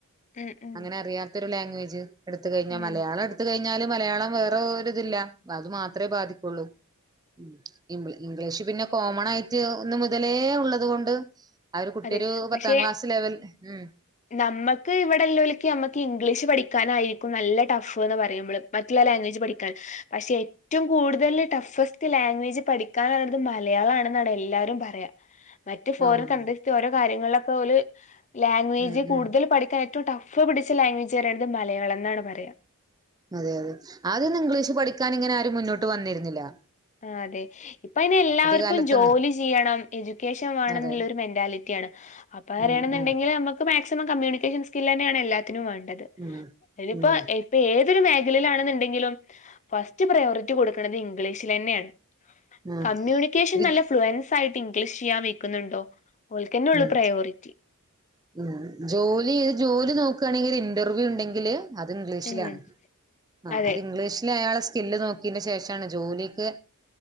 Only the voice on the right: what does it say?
അങ്ങനെ അറിയാത്തൊരു ലാംഗ്വേജ് ജ്ജ് എടുത്ത് കഴിഞ്ഞാ
മലയാളടുത്ത് കഴി കഴിഞ്ഞാല് മലയാളം വേറെ ഒര്തില്ല അത് മാത്രേ ബാധിക്കൊള്ളൂ. ഉം ഇമ്മ്ള് ഇംഗ്ലീഷ് പിന്ന കോമണായിട്ട് ഒന്ന് മുതലേ ഉള്ളത് കൊണ്ട് ആ ഒരു കുട്ടിയൊരു
പത്താം
ക്ലാസ് ലെവൽ ഉം
ആഹ്
ഉം
ഉം
അതെ അതെ ആദ്യൊന്നും ഇംഗ്ലീഷ് പഠിക്കാൻ ഇങ്ങനെ ആരും മുന്നോട്ട് വന്നിരി നില
കാലത്തൊന്നും
അതെ
ഉം ഉം
ഉം
ഉം
ഉം
ഒരു
ഉം
ഉം ജോലീത് ജോലി നോക്കാണെങ്കിൽ ഇന്റർവ്യൂ ഉണ്ടെങ്കില് അത് ഇംഗ്ലീഷിലാണ്
ആഹ്
അത് ഇംഗ്ലീഷില അയാള് സ്കില്ല് നോക്കീന്റെ ശേഷാണ് ജോലിക്ക്